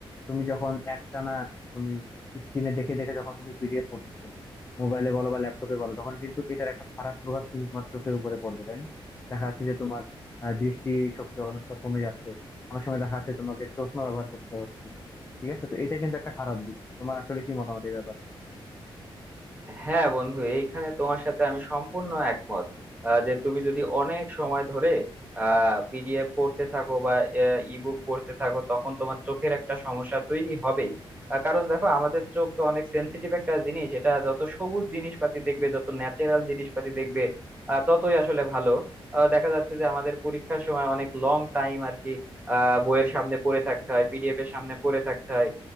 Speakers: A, on the left; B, on the right.
A: তুমি যখন একটানা তুমি স্ক্রিনে দেখে দেখে যখন তুমি পিডিএফ পড়তেছো মোবাইলে বলো বা ল্যাপটপে বলো তখন কিন্তু এটার একটা খারাপ প্রভাব কিন্তু তোমার চোখের উপরে পড়বে তাই না দেখা যাচ্ছে যে তোমার আহ, দৃষ্টিশক্তি অনেকটা কমে যাচ্ছে অনেক সময় দেখা যাচ্ছে তোমাকে চশমা ব্যবহার করতে হচ্ছে ঠিক আছে তো এটা কিন্তু একটা খারাপ দিক তোমার আসলে কি মতামত এই ব্যাপারে
B: হ্যাঁ বন্ধু এইখানে তোমার সাথে আমি সম্পূর্ণ একমত আহ, যে তুমি যদি অনেক সময় ধরে পিডিএফ পড়তে থাকো বা ইবুক পড়তে থাকো তখন তোমার চোখের একটা সমস্যা তৈরি হবেই আহ, কারণ দেখো আমাদের চোখ তো অনেক সেন্সিটিভ একটা জিনিস এটা যত সবুজ জিনিসপাতি দেখবে যত ন্যাচারাল জিনিসপাতি দেখবে আহ, ততই আসলে ভালো আহ, দেখা যাচ্ছে যে আমাদের পরীক্ষার সময় অনেক লং টাইম আর কি আহ, বইয়ের সামনে পড়ে থাকতে হয় পিডিএফ এর সামনে পড়ে থাকতে হয়